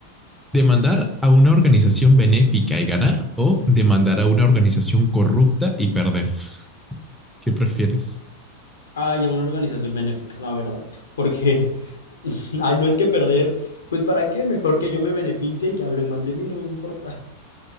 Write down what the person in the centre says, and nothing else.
Demandar a una organización benéfica y ganar o demandar a una organización corrupta y perder. ¿Qué prefieres?